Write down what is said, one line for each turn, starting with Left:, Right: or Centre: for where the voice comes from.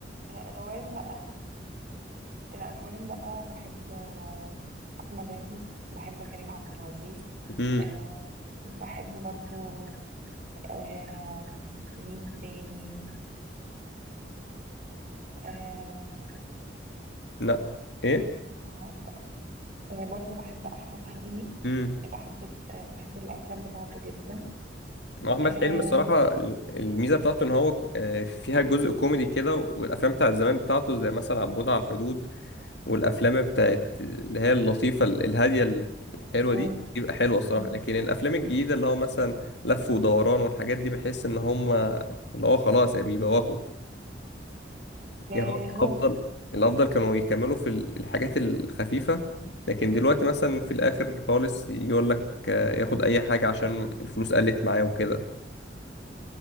Right: الألوان بقى الألوان بقى بحب آه، أحمد عز بحب كريم عبد العزيز
Left: <laughs> امم
Right: آه بحب برضو آه مين تاني آه
Left: لا إيه
Right: مش عارفة آه برضو بحب أحمد حلمي
Left: امم
Right: بحب آه بحب الأفلام بتاعته جدا
Left: أحمد
Right: آه
Left: حلمي الصراحة ال- الميزة بتاعته إن هو آه، فيها جزء كوميدي كده والأفلام بتاعت زمان بتاعته زي مثلا عبود على الحدود والافلام بتاعت اللي هي اللطيفه ال- الهاديه ال- الحلوه
Right: م-
Left: دي بيبقى حلوه الصراحه
Right: م-
Left: لكن الافلام الجديده اللي هو مثلا لف ودوران والحاجات دي بحس ان هم اللي هو خلاص يا بيبوخوا
Right: آه،
Left: يعني هو
Right: هو
Left: الافضل الافضل كانوا يكملوا في ال- الحاجات الخفيفه لكن دلوقتي مثلا في الاخر خالص يقول لك آه، ياخد اي حاجه عشان الفلوس قلت معاه وكده